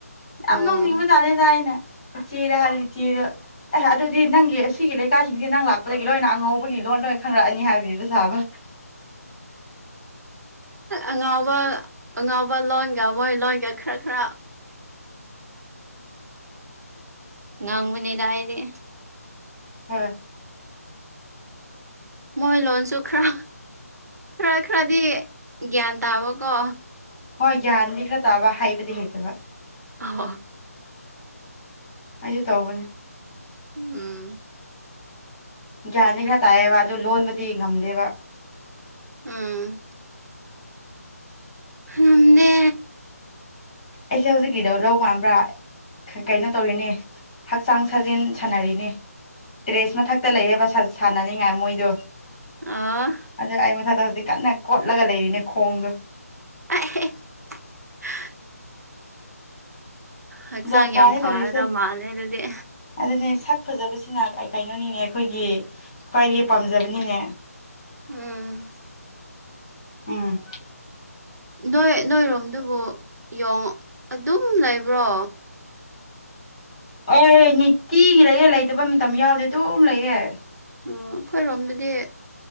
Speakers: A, on the right (about 80°); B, on the left (about 20°).
A: ꯑꯣ
B: ꯌꯥꯝ ꯅꯣꯛꯅꯤꯡꯕ ꯖꯠꯅꯤꯗ ꯍꯥꯏꯅ ꯎꯆꯤꯗ ꯍꯜꯂꯤ ꯏꯆꯦꯗꯣ꯫ ꯑꯦ ꯑꯗꯨꯗꯤ ꯅꯪꯒꯤ ꯑꯁꯤꯒꯤ ꯂꯩꯀꯥꯏꯁꯤꯡꯁꯤ ꯅꯪ ꯂꯥꯛꯄꯗꯒꯤ ꯂꯣꯏꯅ ꯑꯉꯧꯕꯒꯤ ꯂꯣꯟꯂꯣꯏ ꯈꯪꯪꯂꯛꯑꯅꯤ ꯍꯥꯏꯕꯤꯕ ꯁꯥꯥꯕ꯫
A: ꯑꯉꯥꯎꯕ ꯑꯉꯥꯎꯕ ꯂꯣꯟꯒ ꯃꯣꯏ ꯂꯣꯟꯒ ꯈꯔ ꯈ꯭ꯔ ꯉꯥꯡꯕꯅꯦꯗ ꯑꯩꯗꯤ
B: ꯍꯣꯏ
A: ꯃꯣꯏ ꯂꯣꯟꯁꯨ ꯈ꯭ꯔ ꯈ꯭ꯔ ꯈ꯭ꯔꯗꯤ ꯒ꯭ꯌꯥꯟ ꯇꯥꯕꯀꯣ꯫
B: ꯍꯣꯏ ꯌꯥꯟꯗꯤ ꯈꯔ ꯇꯥꯕ ꯍꯥꯏꯕꯗꯤ ꯍꯩꯇꯕ꯫
A: ꯑꯍꯣ
B: ꯑꯩꯖꯨ ꯇꯧꯕꯅꯦ
A: ꯎꯝ
B: ꯒ꯭ꯌꯥꯟꯅꯤ ꯈꯔ ꯇꯥꯏꯑꯌꯦꯕ ꯑꯗꯨ ꯂꯣꯟꯕꯗꯤ ꯉꯝꯗꯦꯕ꯫
A: ꯎꯝ ꯉꯝꯗꯦ
B: ꯑꯩꯁꯦ ꯍꯧꯖꯤꯛꯀꯤꯗꯣ ꯔꯧ ꯃꯥꯟꯕ꯭ꯔꯥ꯫ ꯀꯩꯅꯣ ꯇꯧꯔꯤꯅꯦ ꯍꯛꯆꯥꯡ ꯁꯥꯖꯦꯜ ꯁꯥꯥꯟꯅꯔꯤꯅꯦ꯫ ꯇ꯭ꯔꯦꯁ ꯃꯊꯛꯇ ꯂꯩꯌꯦꯕ ꯁꯥ ꯁꯥꯟꯅꯅꯤꯡꯉꯥꯏ ꯃꯣꯏꯗꯣ꯫
A: ꯑꯥ
B: ꯑꯗꯨ ꯑꯩ ꯃꯊꯛꯇ ꯍꯧꯖꯤꯛ ꯀꯟꯅ ꯀꯣꯠꯂꯒ ꯂꯩꯔꯤꯅꯦ ꯈꯣꯡꯗꯣ꯫
A: <inaudible> ꯍꯛꯆꯥꯡ
B: ꯖꯥꯠ ꯖꯥꯠꯅꯤ
A: ꯌꯥꯝ ꯐꯔꯗꯝ
B: ꯇꯧꯔꯤꯁꯦ
A: ꯃꯥꯜꯂꯦ ꯑꯗꯨꯗꯤ꯫
B: ꯑꯗꯨꯅꯦ ꯁꯛ ꯐꯖꯕꯁꯤꯅ ꯀꯩ ꯀꯩꯅꯣꯅꯤꯅꯦ ꯑꯩꯈꯣꯏꯒꯤ ꯈ꯭ꯋꯥꯏꯒꯤ ꯄꯥꯝꯖꯕꯅꯤꯅꯦ꯫
A: ꯎꯝ
B: ꯎꯝ
A: ꯅꯣꯏ ꯅꯣꯏꯔꯣꯝꯗꯨꯕꯨ ꯌꯣꯡ ꯑꯗꯨꯝ ꯂꯩꯕ꯭ꯔꯣ꯫
B: ꯑꯣ ꯅꯤꯇꯤꯒꯤ ꯂꯩꯌꯦ ꯂꯩꯇꯕ ꯃꯇꯝ ꯌꯥꯎꯗꯦ ꯑꯗꯨꯝ ꯂꯩꯌꯦ꯫
A: ꯎꯝ ꯑꯈꯣꯏꯔꯣꯝꯗꯗꯤ